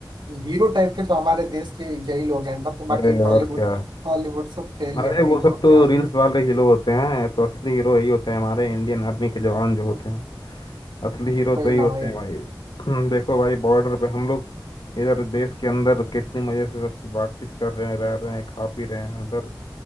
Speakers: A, on the right (about 75°); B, on the left (about 70°).
A: हीरो टाइप के तो हमारे देश के यही लोग हैं बट बाकी
B: अरे
A: बॉलीवुड
B: और क्या
A: हॉलीवुड सब फेल
B: अरे
A: ही है भाई
B: वो
A: इन
B: सब
A: लोग
B: तो
A: के आगे
B: रील्स वाले हीरो होते हैं तो असली हीरो यही होते हैं हमारे इंडियन आर्मी के जवान जो होते हैं असली हीरो
A: वही
B: तो ही
A: ना
B: होते
A: भाई
B: हैं भाई हम्म, देखो भाई बॉर्डर पे हम लोग इधर देश के अंदर कितनी मजे से अच्छी बातचीत कर रहे हैं रह रहे हैं खा पी रहे हैं उधर